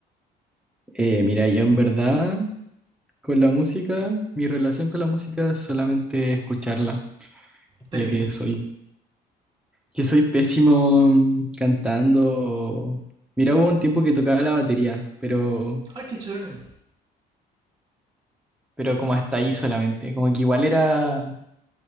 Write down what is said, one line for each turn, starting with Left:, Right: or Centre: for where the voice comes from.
Centre: Eh, mira, yo en verdad con la música, mi relación con la música es solamente escucharla,
Right: Te
Centre: ya
Right: limitas.
Centre: que soy, que soy pésimo mm, cantando. o- Mira, hubo un tiempo que tocaba la batería, pero,
Right: Ay, qué chévere.
Centre: pero como hasta ahí solamente, como que igual era